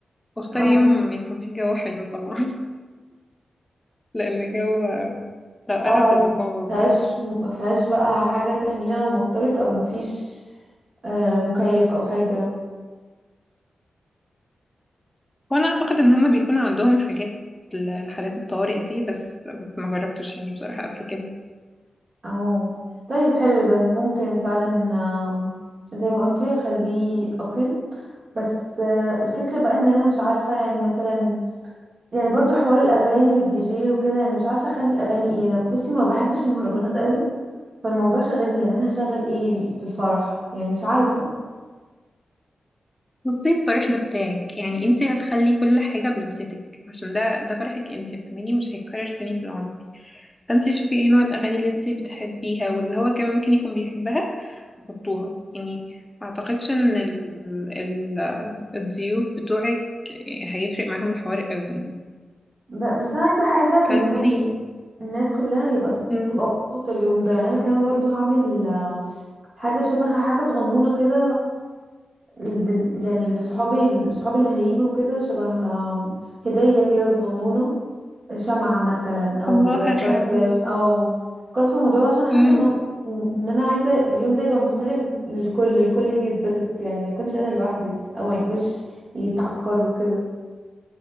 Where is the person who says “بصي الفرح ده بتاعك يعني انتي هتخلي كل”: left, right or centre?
Left